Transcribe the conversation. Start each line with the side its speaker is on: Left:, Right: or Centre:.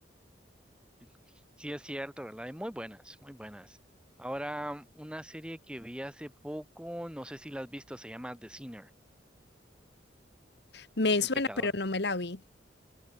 Centre: Sí, sí es cierto, ¿verdad? Hay muy buenas, muy buenas. Ahora, una serie que vi hace poco, no sé si la has visto, se llama The Sinner,
Left: Me
Centre: El
Left: suena,
Centre: Pecador.
Left: pero no me la vi.